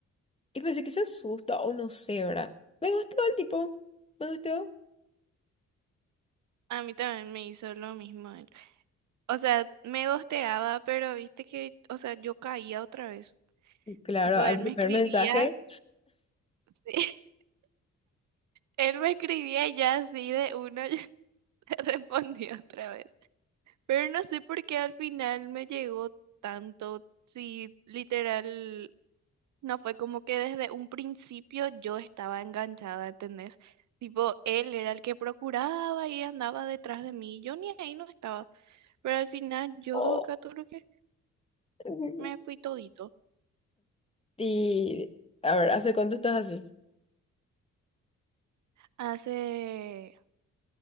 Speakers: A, on the left; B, on the right.
A: y pensé que se asusta o no sé, ¿verdad? Me gustó el tipo, me gustó.
B: A mí también me hizo lo mismo él. O sea, me gosteaba, pero viste que, o sea, yo caía otra vez.
A: Claro,
B: Tipo,
A: al
B: él
A: primer
B: me escribía,
A: mensaje.
B: <laughs> sí, él me escribía y ya así de uno, <laughs> ya le respondí otra vez. Pero no sé por qué al final me llegó tanto, sí, literal. No fue como que desde un principio yo estaba enganchada, ¿entendés? Tipo, él era el que procuraba y andaba detrás de mí. Yo ni ahí no estaba. Pero al final yo,
A: oh,
B: Caturo, que
A: <laughs>
B: me fui todito.
A: Y a ver, ¿hace cuánto estás así?
B: Hace